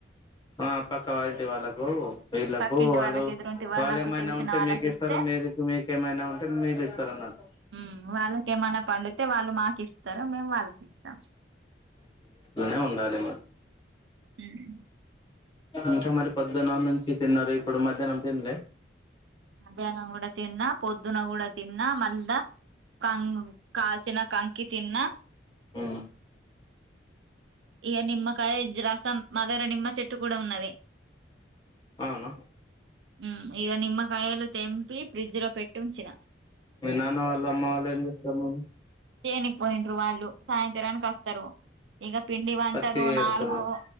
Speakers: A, on the left; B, on the right.
A: ఆ పక్క వా ఇంటి వాళ్ళకు వీళ్ళలకు
B: పక్కింటి
A: వాళ్ళు
B: వాళ్ళకి ఎదురుంటి వాళ్ళకు
A: వాళ్ళు ఏమైనా
B: తెలిసిన
A: ఉంటే
B: వాళ్ళకి
A: మీకు ఇస్తారు
B: ఇస్తే
A: మీది మీకు ఏమైనా ఉంటే మీరు ఇస్తరు అన్నట్
B: ఉమ్ వాళ్ళకి ఏమైనా పండితే వాళ్ళు మాకు ఇస్తారు మేము వాళ్ళకి ఇస్తాం.
A: అట్నే ఉండాలి మ
B: ఉమ్
A: ఇంకా మరి పొద్దున్నా నుంచి తిన్నారు ఇప్పుడు మధ్యాహ్నం తిన్లే
B: మధ్యాహ్నం కూడా తిన్నా పొద్దున కూడా తిన్నా మళ్లా కంగ్ కాల్చిన కంకి తిన్నా
A: ఉమ్
B: ఇక నిమ్మకాయ జ రసం మాదర నిమ్మ చెట్టు కూడా ఉన్నది.
A: అవునా
B: ఉమ్ ఇగ నిమ్మకాయలు తెం పి ఫ్రిడ్జ్లో పెట్టుంచిన
A: మీ నాన్న వాళ్ళ అమ్మ వాళ్ళు ఏం చేస్తారు
B: చేయనీకి పోయిండ్రు వాళ్ళు సాయంత్రానికి అస్తరు. ఇక పిండి వంటలు
A: పత్తి ఏరుతున్నారు
B: నాలుగు